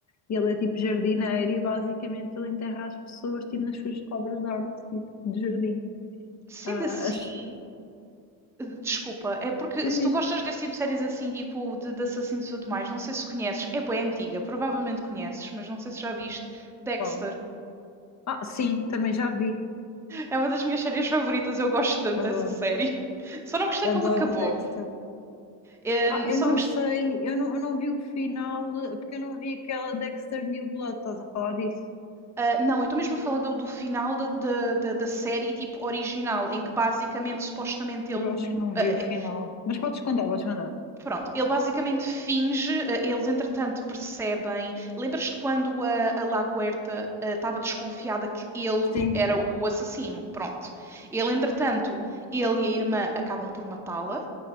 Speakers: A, on the left; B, in the centre.
A: e ele é tipo jardineiro e basicamente ele enterra as pessoas tipo, nas suas obras de arte, tipo, de jardim.
B: Sendo
A: Ah,
B: assim,
A: as...
B: desculpa, é porque
A: Diz,
B: se
A: diz.
B: tu gostas desse tipo de séries assim, tipo de, de assassinos e tudo mais, não sei se conheces, é bem antiga, provavelmente conheces, mas não sei se já viste, Dexter.
A: Qual? Ah, sim, também já vi.
B: É uma das minhas séries favoritas, eu gosto tanto
A: Adoro.
B: dessa série. Só não gostei
A: Adoro
B: como acabou.
A: Dexter.
B: Hum,
A: Ah, eu
B: só
A: não
B: não gostei.
A: sei, eu não, eu não vi o final, eh, porque eu não vi aquela Dexter New Blood, estás a falar disso?
B: ah, não, eu estou mesmo a falar do, do final da, da, da- série tipo original, em que basicamente, supostamente,
A: Eu
B: ele.
A: acho que não
B: ah,
A: vi o final. Mas podes contar, podes contar.
B: pronto, ele basicamente finge, ah, eles entretanto percebem. Lembras-te quando a, a Laguerta ah, estava uh, desconfiada que ele
A: Sim,
B: era o assassino? Pronto. Ele, entretanto, ele e a irmã acabam por matá-la.